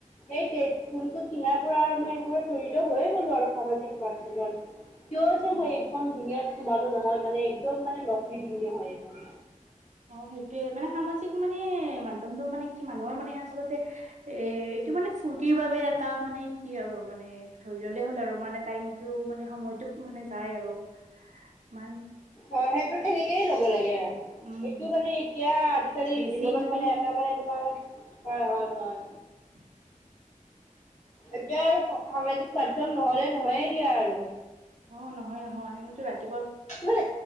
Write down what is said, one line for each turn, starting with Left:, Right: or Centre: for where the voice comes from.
Left: এই ফোনটো কিনাৰ পৰা আৰু মই এইবোৰত জড়িত হৈয়ে গলো আৰু সামাজিক মাধ্যমত। কিয় যে,
Right: হয়
Left: মই
Right: দিয়া।
Left: এইখন দুুনীয়াত সোমালো নহয় মানে একদম মানে নকললি ধুনীয়া হয় এইখন‌
Right: অ সেইটোয়ে মানে সামাজিক মানে মাধমটো মানে কি মানুহৰ মানে আচলতে এহটো মানে ফুৰ বাবে এটা মানে কি আৰু মানে এইটো ধৰি ললেই হ'ল আৰু মান টাইমতটো মানে সময়তটো মানে যায় আৰু ম
Left: অ সেইটো সেনেকেই ল'ব লাগে আৰু।
Right: উম,
Left: এইটো মানে এতিয়া আজিকালি
Right: বেছি
Left: জীৱনত
Right: তুমি
Left: মানে এটা মানে। হয় হয় হয়।
Right: উ।
Left: এতিয়া আৰু সামাজিক মাধ্্যম নহলে নহয়ে দিয়া আৰু
Right: অ' নহয় নহয় আমিতো ৰাতি-
Left: মানে